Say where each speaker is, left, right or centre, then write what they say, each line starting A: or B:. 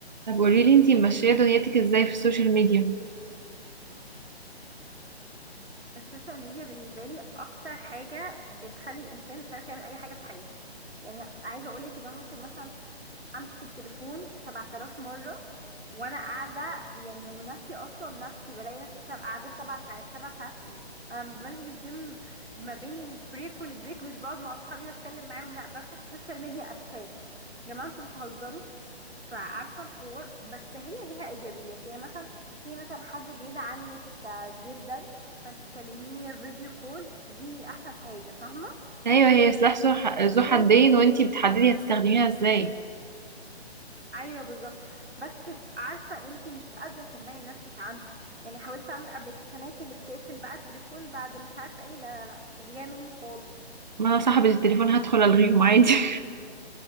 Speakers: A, on the right; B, on the right.
A: طب قولي لي انتي ماشيه دنيتك ازاي في السوشيال ميديا
B: السوشيال ميديا بالنسبة لي أكتر حاجة بتخلي الإنسان مش عارف يعمل أي حاجة في حياته يعني عايزة أقولك إن أنا ممكن مثلا أمسك التليفون 7000 مرة وأنا قاعدة يعني وناسية أصلا نفسي بلاقي نفسي سب- قاعدة سبع ساعات سبع ساعات إيه أنا لما بنزل الجيم ما بين البريك والبريك مش بقعد مع أصحابي وأتكلم معاهم لأ بفتح السوشيال ميديا أتشات يا جماعة أنتوا بتهزروا فعارفة الحوار بس هي ليها إيجابيات يعني مثلا في مثلا حد بعيد عنك آه، جدا فانت تكلميه فيديو كول دي أحسن حاجة فاهمة
A: ايوه هي سلاح ذو ح- ذو
B: لكن
A: حدين وانتي بتحددي هتستخدميها ازاي
B: أيوه بالظبط بس عارفة انت مش قادرة تمنعي نفسك عنها يعني حاولت أعمل أبلكيشنات اللي بتقفل بقى التليفون بعد مش عارفة ايه لا لا لا مش جاية مني خالص
A: ما انا صاحبه التليفون هدخل الغيهم عادي <laughs>